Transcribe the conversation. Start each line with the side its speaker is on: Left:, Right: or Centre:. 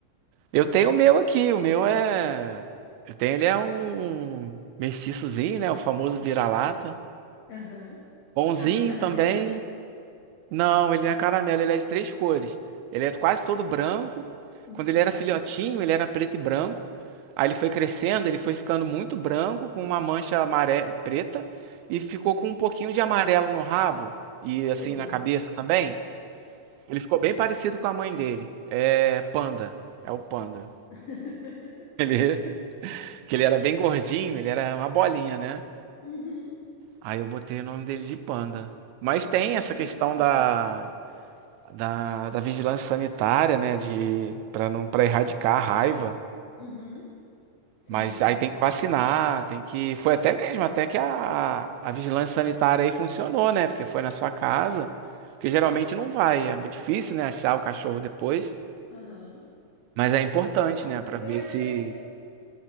Right: Eu tenho o meu aqui. O meu é. Eu tenho, ele é um mestiçozinho, né? O famoso vira-lata.
Left: Aham.
Right: Bonzinho
Left: Cara- Caramelo?
Right: também. Não, ele não é caramelo, ele é de três cores. Ele é quase todo branco.
Left: Uhum.
Right: Quando ele era filhotinho, ele era preto e branco. Aí ele foi crescendo, ele foi ficando muito branco, com uma mancha amare... preta. E ficou com um pouquinho de amarelo no rabo. E
Left: Sei.
Right: assim na cabeça também. Ele ficou bem parecido com a mãe dele. É Panda. É o Panda.
Left: <laughs>
Right: Ele, <laughs> que ele era bem gordinho, ele era uma bolinha, né?
Left: Uhum.
Right: Aí eu botei o nome dele de Panda. Mas
Left: Fofo.
Right: tem essa questão da, da, da vigilância sanitária, né? De, para não, para erradicar a raiva.
Left: Uhum. Sim.
Right: Mas aí tem que vacinar, tem que. Foi até mesmo, até que a, a vigilância sanitária aí funcionou, né? Porque foi na sua casa. Porque geralmente não vai. É difícil, né? Achar o cachorro depois.
Left: Aham.
Right: Mas é importante,
Left: Então,
Right: né? para
Left: eu
Right: ver
Left: achei,
Right: se.